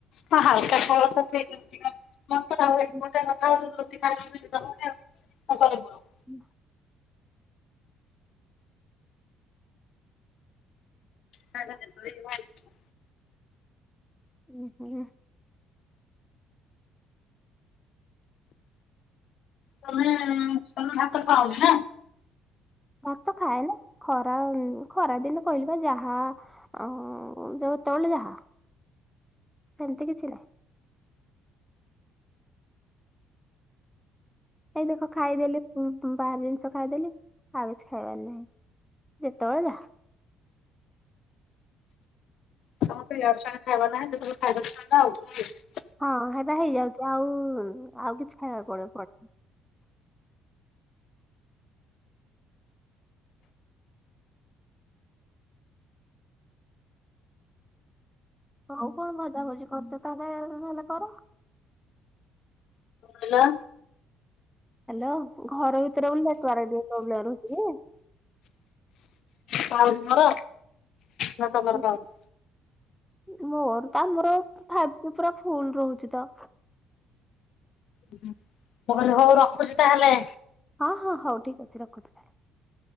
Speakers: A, on the left; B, in the centre.
A: ତ ହାଲକା ଖାଇବା ଟା ଠିକ୍। <inaudible> ମୋତେ ବେଳେବେଳେ
B: ଅଛି।
A: <inaudible> ଥଣ୍ଡା ହଉଚୁ ତ ରୁଟି ଖାଇ ଦଉଚି <unintelligible> ତ କରିବୁ କଣ।
B: ନା।
A: ଖାଇବା ତେନ୍ତୁଳି ଭାରିଛି।
B: ଏ ହଁ।
A: ତୋମେ ତୋମେ ଭାତ ଖାଅନି ନା?
B: ଭାତ ତ ଖାଏ ନା। ଖରା ଉଁ, ଖରା ଦିନ କହିଲି ପା ଯାହା ହା ଅଁ, ଯେତୋଳେ ଯାହା ସେମିତି କିଛି ନାହିଁ। ଏଇ ଦେଖ ଖାଇଦେଲି ଉଁ, ପୁଁ, ବାହାର ଜିନିଷ ଖାଇଦେଲି ଆଉ କିଛି ଖାଇବାର ନାହିଁ। ଯେତବେଳେ ଯାହା।
A: ତୋମର ତ ଇଆଡୁ ସିଆଡେ ଖାଇବ ନାହିଁ। ଯେତେବେଳେ ଖାଇଦଉଛ ହେଲା ଆଉ ନାଇଁ?
B: ହଁ ହେରା ହେଇଯାଉଛି ଆଉ ଆଉ କିଛି ଖାଇବାକୁ ପଡ ପଡ ହଉ କଣ ଭଜା ଭୋଜି କରିଛ ତା ହେଲେ କର।
A: ହେଲା।
B: ହ୍ୟାଲୋ ଘର ଭିତରେ ବୋଲି ନେଟୱାର୍କ ପ୍ରୋବ୍ଲେମ ରହୁ କି?
A: ପାଉନି ମର, ନା ତମର
B: ରହୁଛି
A: ପାଉନି।
B: ମୋର ତ ଆମର ଫାଇଟି ପୁରା ଫୁଲ ରହୁଛି ତ।
A: ମୁଁ କହିଲି ହଉ ରଖୁଛି ତାହେଲେ।
B: ହଁ ହଁ ହଉ ଠିକ ଅଛି ରଖ ତା ହେଲେ।